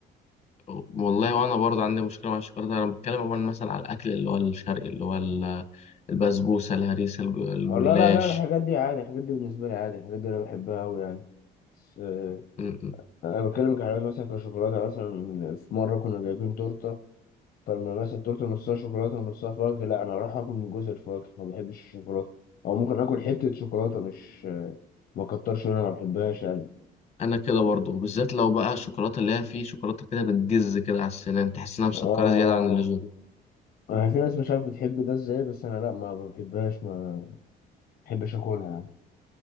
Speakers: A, on the left; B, on the left.
A: والله وانا برضه عندي مشكله مع الشوكولاته انا بتكلم عموما مثلا على الاكل اللي هو الشرقي اللي هو ال- البسبوسه الهريسه الج- الجلاش
B: أو لا لا لا الحاجات دي عادي الحاجات دي بالنسبه لي عادي الحاجات دي انا بحبها قوي يعني بس آه،
A: م- م.
B: انا بتكلم كحلويات مثلا كشوكولاته مثلا في مره كنا جايبين تورته فلما مثلا التورته نصها شوكولاته ونصها فواكه لا انا راح اكل من جزء الفواكه ما بحبش الشوكولاته او ممكن اكل حته شوكولاته مش ما كترش منها ما بحبهاش يعني
A: انا كده برضه بالذات لو بقى الشوكولاته اللي هي فيه شوكولاته كده بتجز كده على السنان تحس انها مسكره
B: اه
A: زياده عن اللزوم
B: آه، آه. في ناس مش عارف بتحب ده ازاي بس انا لا ما بحبهاش ما بحبش اكلها يعني